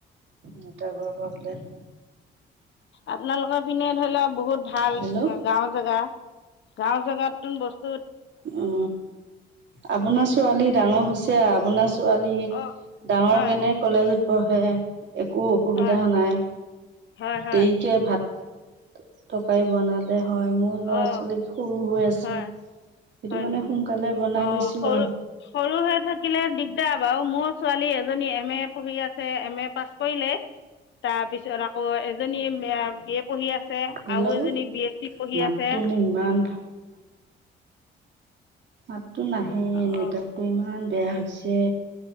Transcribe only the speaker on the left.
আপোনালোকৰ পিনে ধৰি লওক বহুত ভাল
গাঁও জেগা। গাঁও জগাত বস্ত।
অঁ
হয়
হয়
হয় হয়
অঁ
হয়
হয়
নেকি
অ
সৰু
সৰু হৈ থাকিলে দিগদাৰ। বাৰু মোৰ ছোৱালী এজনী এম এ পঢ়ি আছে এম এ পাছ কৰিলে। তাৰ পিছত আকৌ এজনী বি এ পঢ়ি আছে।
আৰু এজনী বি এছ চি পঢ়ি
আছে।
অঁ